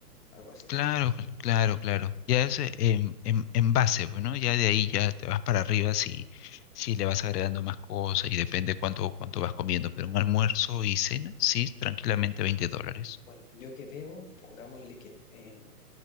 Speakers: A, on the left (about 55°); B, on the left (about 75°).
A: algo así.
B: Claro, cl- claro, claro. Ya es eh, en, en, en base, bueno, ya de ahí ya te vas para arriba si, si le vas agregando más cosas y depende cuánto, cuánto vas comiendo, pero un almuerzo y cena, sí, tranquilamente veinte dólares.
A: Bueno, yo que bebo, pongámosle que en, en-